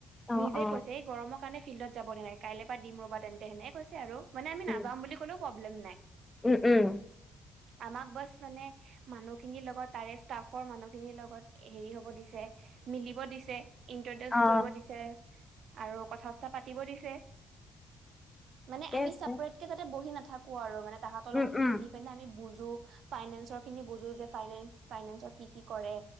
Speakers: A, on the left (about 15°); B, on the right (about 70°).
A: অ
B: নিজে
A: অ
B: কৈছে এই গৰমৰ কাৰণে ফিল্ডত যাব নে নাই কাইলৈ পৰা দিম ৰ'বা তেন্তে সেনেকে কৈছে আৰু। মানে আমি
A: উম
B: নাযাম বুলি কলেওঁ প্ৰব্লেম নাই।
A: উম', উম'।
B: আমাক বছ মানে মানুহখিনিৰ লগত তাৰে ষ্টাফৰ মানুহখিনিৰ লগত হেৰি হ'ব দিছে। মিলিব দিছে। ইন্ট্ৰডিউচ
A: অ
B: কৰিব দিছে, আৰু কথা চথা পাতিব দিছে। মানে
A: ঠিকে
B: আমি
A: আছে
B: চেপাৰেট কে তাতে বহি নাথাকো আৰু মানে তাহাঁতৰ
A: উম
B: লগতো
A: উম
B: মিলি পেনে আমি বুজ বুজো ফ্ৰাইনেচৰখিনি বুজো যে ফ্ৰাইনে-ফ্ৰাইনেচৰ কি কি কৰে,